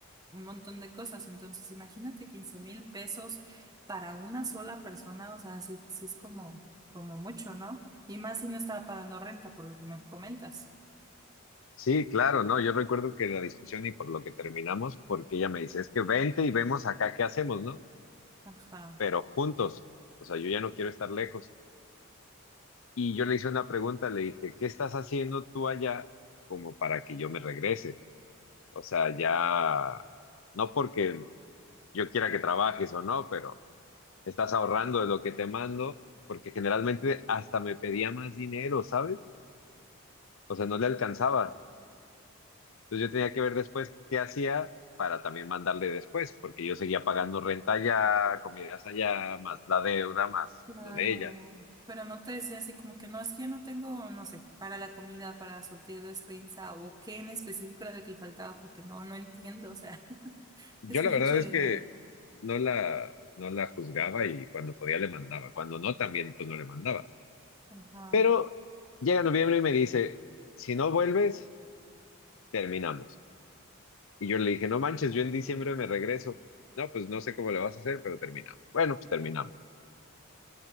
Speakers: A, on the right; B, on the left.
A: un montón de cosas. Entonces, imagínate quince mil pesos para una sola persona, o sea, sí, sí es como, como mucho, ¿no? Y más si no estaba pagando renta, por lo que me comentas.
B: sí, claro, ¿no? Yo recuerdo que la discusión y por lo que terminamos, porque ella me dice, es que vente y vemos acá qué hacemos, ¿no?
A: Ajá.
B: pero juntos. O sea, yo ya no quiero estar lejos. Y yo le hice una pregunta, le dije, ¿qué estás haciendo tú allá como para que yo me regrese? O sea, ya, no porque yo quiera que trabajes o no, pero estás ahorrando de lo que te mando, porque generalmente hasta me pedía más dinero, ¿sabes? O sea, no le alcanzaba. Entonces yo tenía que ver después qué hacía para también mandarle después, porque yo seguía pagando renta allá, comidas allá, más la deuda, más
A: Claro,
B: lo de ella.
A: pero no te decía así como que no, es que yo no tengo, no sé, para la comida, para surtir despensa o qué en específico era lo que le faltaba, porque no, no entiendo, o sea, <laughs>
B: Yo
A: es
B: la
A: mucho
B: verdad es
A: dinero.
B: que no la, no la juzgaba y cuando podía le mandaba. Cuando no, también pues no le mandaba.
A: Ajá,
B: Pero llega noviembre y me dice, si no vuelves, terminamos. Y yo le dije, no manches, yo en diciembre me regreso. No, pues no sé cómo le vas a hacer, pero terminamos. Bueno, pues terminamos.